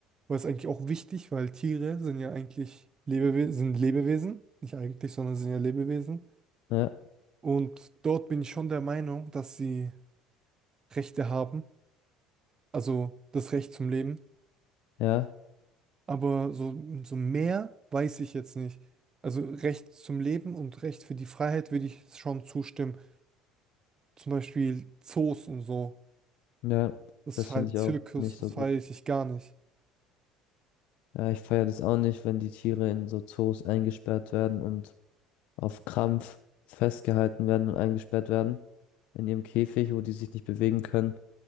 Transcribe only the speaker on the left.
Ja,
ja,
ja,
das
finde ich
auch nicht so
gut.
Ja, ich feiere das auch nicht, wenn die Tiere in so Zoos eingesperrt werden und auf Krampf festgehalten werden und eingesperrt werden in ihrem Käfig, wo die sich nicht bewegen können